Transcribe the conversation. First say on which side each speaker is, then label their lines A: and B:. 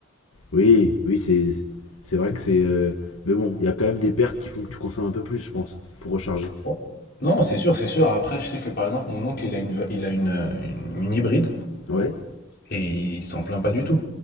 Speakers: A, on the left; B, on the left.
A: Oui, oui, c'est c'est vrai que c'est. euh, Mais bon, il y a quand même des pertes qui font que tu consommes un peu plus, je pense, pour recharger.
B: Non, Non, c'est sûr, c'est sûr. Après, je sais que par exemple, mon oncle, il a une, v- il a une, euh, une, une hybride
A: Ouais.
B: et il s'en plaint pas du tout.